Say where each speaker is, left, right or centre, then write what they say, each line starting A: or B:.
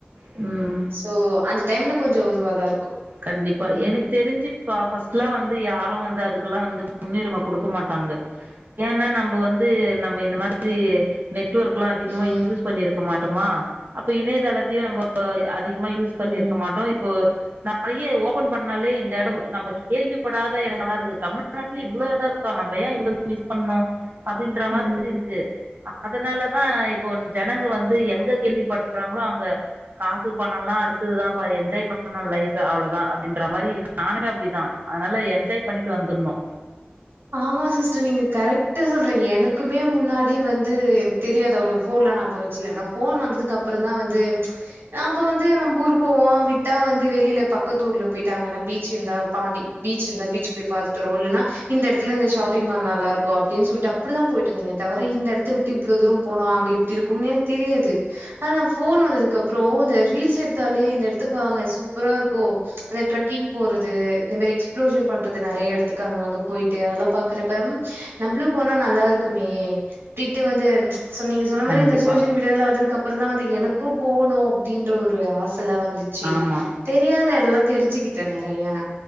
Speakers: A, on the right; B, on the right.
A: ம்
B: சோ அந்த டைம்ல கொஞ்சோ இதுவாதா இருக்கு
A: கண்டிப்பா
B: ம்
A: எனக் தெரிஞ்சுப் பா ஃபஸ்ட்டுலா வந்து யாரு வந்து அதுக்குல்லா வந்து முன்னுரிம குடுக்க மாட்டாங்க கேனா நம்ப வந்து நம்ப இந்த மாதிரி நெட்ஒர்க்லா அதிகமா
B: ம்
A: யூஸ் பண்ணிருக்க மாட்டோமா அப்போ இணையதளத்தயு நம்போ அதிகமா யூஸ்
B: ம்
A: பண்ணிருக்க மாட்டோ இப்போ நெறைய ஓபன் பண்ணாலே இந்த எடோ நம்ப கேள்விப்படாத எடங்களா இருக்கு தமிழ்நாட்டுல இவ்ளோ எடோ இருக்கா நம்ம ஏ இவ்ளோ மிஸ் பண்ணோ அப்டின்ற
B: ம்
A: மாதிரிருக் க்கு அதனாலதா இப்போ ஜனங்க வந்து எங்க கேள்விப்படுறாங்களோ அங்க காசு பணோல்லா அடுத்ததுதாம்ப்பா எஞ்ஜாய் பண் <inaudible> லைஃப் அவ்ளோதா அப்டின்ற மாரி நானுமே அப்டிதா அதனால எஞ்ஜாய் பண்ணிட்டு வந்துருணு
B: ஆமா சிஸ்டர் நீங்க கரெக்ட்டா சொல்றீங்க எனக்குமே முன்னாடி வந்து தெரியாது அவ்ளோ ஃபோன்லா நா அப்ப வச்சில ஆனா ஃபோன் வந்ததுக்கப்றந்தா வந்து நா அப்ப வந்து நம்ப ஊர் போவோ விட்டா வந்து வெளில பக்கத்தூர்ல போயிட்டாங்கன்னா பீச் இருந்தா பாண்டி பீச் இருந்தா பீச் போய் பாத்துட்டு வருவோ இல்லேன்னா இந்த எடத்துல இந்த ஷாப்பிங் மால் நல்லா இருக்கு அப்டீன்னு சொல்லிட்டு அப்புடிதா போயிட்டுருந்தேனே தவிர இந்த எடத்த விட்டு இவ்ளோ தூரோ போனு அங்க இ ப்டி இருக்கும்னே எனக்கு தெரியாது ஆனா ஃபோன் வந்ததுக்கப்றோ இந்த ரீல்ஸ் எடுத்தாலே இந்த எடத்துக்கு வாங்க சூப்பரா இருக்கு அந்த ட்ரெக்கிங் போறது இந்த மாரி எக்ஸ்ப்ளோஷன் பண்றது நெறைய எடத்துக்கு அங்க அங்க போயிட்டு அதெல்லா பாக்குறப்ப நம்பளும் போனா நல்லா இருக்குமே அப்டீட்டு வந்து சோ நீங்க சொன்ன மாரி
A: கண்டிப்பா
B: அந்த சோசியல் மீடியாவெல்லா வந்ததுக்கு அப்றந்தா வந்து எனக்கு போணு அப்டின்ற ஒரு ஆச செல்லா வந்துச்சு
A: ஆமா
B: தெரியாத எடல்லா தெரிஞ்சுக்கிட்டே நெறையா